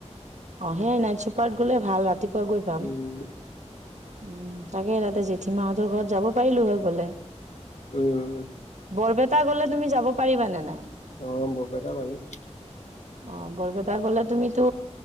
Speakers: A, on the right; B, on the left.
A: অ সেই নাইট চুপাৰত গলে ভাল, ৰাতিপুৱা গৈ
B: উম
A: পাম। উ তাকে তাতে জেঠী মাহঁতৰ ঘৰত, যাব পাৰিলো হৈ গলে।
B: উম।
A: বৰপেটা গ'লে তুমি যাব পাৰিবানে নাই?
B: অ বৰপেটা পাৰি।
A: অ বৰপেটা গলে তুমিতো